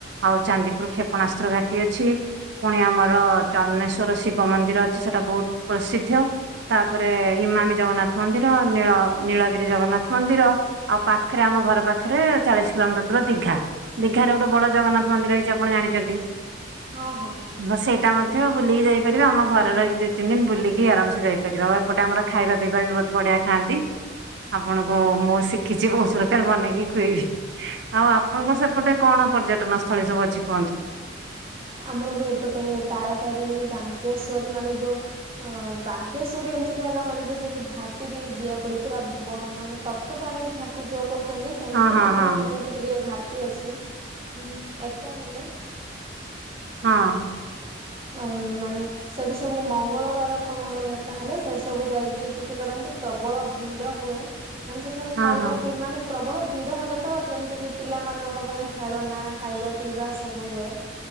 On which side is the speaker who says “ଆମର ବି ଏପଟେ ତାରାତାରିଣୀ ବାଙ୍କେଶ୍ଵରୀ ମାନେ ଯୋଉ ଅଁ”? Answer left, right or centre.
Right